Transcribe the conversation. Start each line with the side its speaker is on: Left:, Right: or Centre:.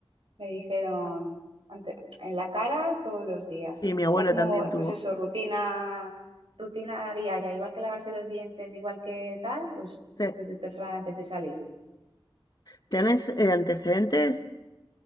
Right: me dijeron ante- en la cara todos los días,
Left: sí, mi abuelo
Right: ya como
Left: también tuvo.
Right: pues eso, rutina, rutina diaria, igual que lavarse los dientes, igual que tal, pues
Left: Sí.
Right: protector solar antes de salir.
Left: ¿Tienes eh, antecedentes?